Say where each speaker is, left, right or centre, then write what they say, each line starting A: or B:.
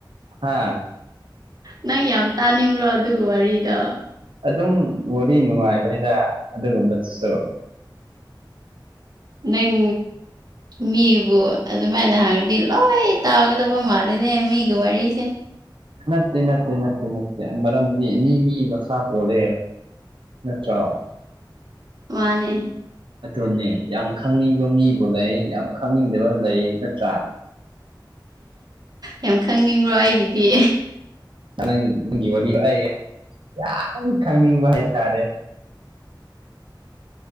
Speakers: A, on the right (about 85°); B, on the right (about 50°).
A: ꯍꯥꯥ
B: ꯅꯪ ꯌꯥꯝ ꯇꯥꯅꯤꯡꯕ꯭ꯔꯣ ꯑꯗꯨꯒꯤ ꯋꯥꯔꯤꯗꯣ
A: ꯑꯗꯨꯝ ꯋꯥꯔꯤ ꯅꯨꯡꯉꯥꯏꯕꯅꯤꯗ ꯑꯗꯨꯒꯨꯝꯕꯗꯁꯨ
B: ꯅꯪ ꯃꯤꯕꯨ ꯑꯗꯨꯃꯥꯏꯅ ꯍꯥꯡ ꯗꯤ ꯂꯣꯢ ꯇꯥꯎꯒ ꯇꯧꯕꯣ ꯃꯥꯜꯂꯤꯅꯦ ꯃꯤꯒꯤ ꯋꯤꯔꯤꯁꯦ
A: ꯅꯠꯇꯦ ꯅꯠꯇꯦ ꯅꯠꯇꯦ ꯅꯠꯇꯦ ꯃꯔꯝꯗꯤ ꯃꯤ ꯃꯤ ꯃꯈꯥ ꯄꯣꯜꯂꯦ ꯅꯠꯇ꯭ꯔꯣ
B: ꯃꯥꯅꯦ
A: ꯑꯗꯨꯅꯦ ꯌꯥꯝ ꯈꯪꯅꯤꯡꯕ ꯃꯤꯕꯨ ꯂꯩ ꯌꯥꯝ ꯈꯪꯅꯤꯡꯗꯕ ꯂꯩ ꯅꯠꯇ꯭ꯔꯥ
B: ꯌꯥꯝ ꯈꯪꯅꯤꯡꯕ꯭ꯔꯣ ꯑꯩꯒꯤꯗꯤ
A: ꯅꯪ ꯅꯪꯒꯤ ꯋꯥꯔꯤ ꯑꯩ ꯌꯥꯝ ꯈꯪꯅꯤꯡꯕ ꯍꯥꯏꯇꯥꯔꯦ <inaudible>